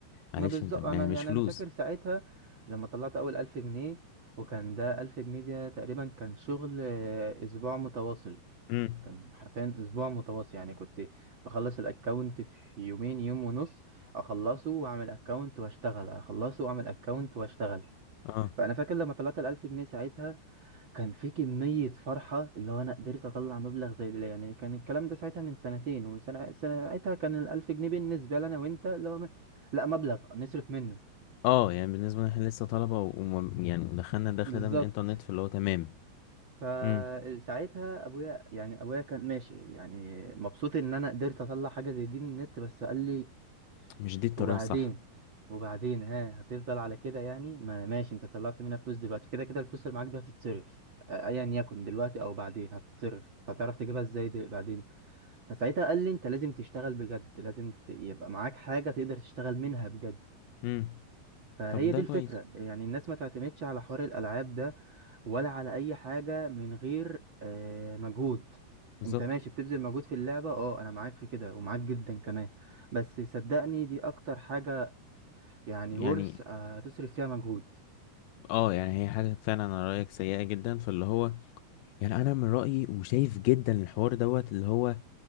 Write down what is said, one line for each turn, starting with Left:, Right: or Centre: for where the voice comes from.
Left: معلش
Right: ما بالظبط
Left: أنت يعني
Right: انا
Left: مش
Right: يعني
Left: فلوس
Right: انا فاكر ساعتها لما طلعت اول ألف جنيه وكان ده ألف جنيه ده تقريبا كان شغل آه، اسبوع متواصل
Left: امم
Right: كان حرفيا اسبوع متواصل يعني كنت بخلص الاكونت في يومين يوم ونص اخلصه واعمل اكونت واشتغل اخلصه واعمل اكونت واشتغل
Left: اه
Right: فانا فاكر لما طلعت الألف جنيه ساعتها كان في كمية فرحة اللي هو أنا قدرت أطلع مبلغ زي ده يعني كان الكلام ده ساعتها من سنتين وسنة ساعتها كان الألف جنيه بالنسبة لنا وأنت اللي هو م... لا مبلغ نصرف منه
Left: اه يعني بالنسبة لنا احنا لسه طلبة و... وم- يعني دخلنا الدخل
Right: بالظبط
Left: ده من الإنترنت فاللي هو تمام
Right: فساعتها
Left: مم.
Right: أبويا يعني أبويا كان ماشي يعني مبسوط إن أنا قدرت أطلع حاجة زي دي من النت بس قال لي
Left: مش دي الطريقة
Right: وبعدين
Left: الصح
Right: وبعدين ها هتفضل على كده يعني ما ماشي أنت طلعت منها فلوس دلوقتي كده كده الفلوس اللي معاك دي هتتصرف أيا يكن دلوقتي أو بعدين هتتصرف هتعرف تجيبها إزاي دل- بعدين فساعتها قال لي انت لازم تشتغل بجد لازم ت- يبقى معاك حاجة تقدر تشتغل منها بجد
Left: امم
Right: فهي
Left: طب ده
Right: دي الفكرة
Left: كويس
Right: يعني الناس ما تعتمدش على حوار الألعاب ده ولا على أي حاجة من غير آه، مجهود
Left: بالظبط
Right: انت ماشي بتبذل مجهود في اللعبة اه انا معاك في كده ومعاك جدا كمان بس صدقني دي اكتر حاجة يعني
Left: يعني
Right: ورث هتصرف فيها مجهود
Left: اه يعني هي حاجة فعلا على رأيك سيئة جدا فاللي هو يعني انا من رأيي وشايف جدا الحوار دوت اللي هو